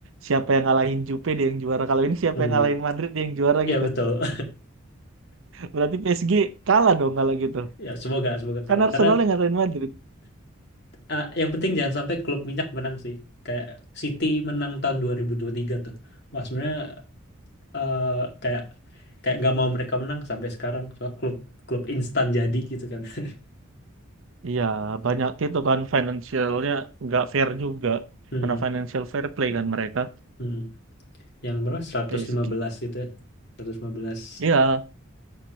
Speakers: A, on the right; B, on the left.
A: siapa yang ngalahin Jupe dia yang juara. Kalau ini siapa
B: Hmm,
A: yang ngalahin Madrid dia yang juara
B: ya
A: gitu.
B: betul.
A: Berarti PSG kalah dong kalau gitu.
B: Ya, semoga semoga kalah.
A: Kan Arsenal
B: Karena
A: yang ngalahin Madrid.
B: eh, yang penting jangan sampai klub minyak menang sih. Kayak City menang tahun 2023 tuh. Wah, sebenarnya eh, kayak kayak nggak mau mereka menang sampai sekarang. Soal klub klub instan jadi gitu kan. <laughs>
A: Iya, banyak itu kan financialnya nggak fair juga.
B: Hmm,
A: Karena financial fair play kan mereka
B: hmm. Yang berapa? 115
A: PSG.
B: gitu ya. seratus lima belas
A: Iya,